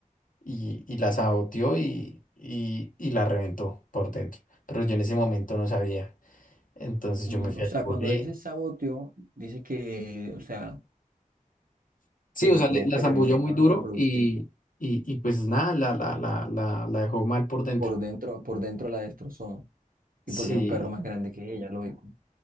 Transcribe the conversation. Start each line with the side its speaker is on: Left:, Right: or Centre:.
Left: y, y la saboteó y, y, y la reventó por dentro. Pero yo en ese momento no sabía. Entonces
Right: Mm,
Left: yo me fui
Right: o
Left: al
Right: sea,
Left: cole.
Right: cuando dices saboteo dices que, o sea,
Left: Sí,
Right: se
Left: o
Right: reprodujeron,
Left: sea, le- la zambulló
Right: intentaron
Left: muy duro
Right: reproducir
Left: y, y, y pues nada, la, la, la, la, la dejó mal por dentro.
Right: por dentro, por dentro la destrozó.
Left: Sí,
Right: Y porque era un perro más grande que ella, lógico.